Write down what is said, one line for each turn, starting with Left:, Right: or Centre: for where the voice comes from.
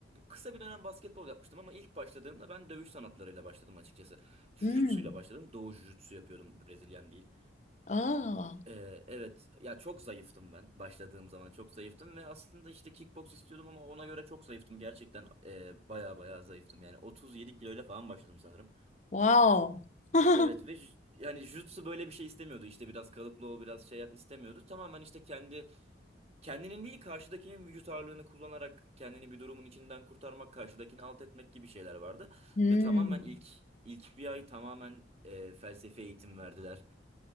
Right: kısa bir dönem basketbol yapmıştım ama ilk başladığımda ben dövüş sanatlarıyla başladım açıkçası. Jujutsu'yla
Left: Hmm.
Right: başladım. Doğu Jujutsu yapıyordum Brezilyan değil.
Left: Aa.
Right: Ee, evet ya çok zayıftım ben başladığım zaman çok zayıftım ve aslında işte kickbox istiyordum ama ona göre çok zayıftım gerçekten e, baya baya zayıftım yani 37 kiloyla falan başladım sanırım.
Left: Wow. <laughs>
Right: Evet ve j- yani jutsu böyle bir şey istemiyordu işte biraz kalıplı ol biraz şey yap istemiyordu tamamen işte kendi kendinin değil karşıdakinin vücut ağırlığını kullanarak kendini bir durumun içinden kurtarmak karşıdakini alt etmek gibi şeyler vardı
Left: Hmm.
Right: ve tamamen ilk ilk bir ay tamamen e, felsefe eğitim verdiler.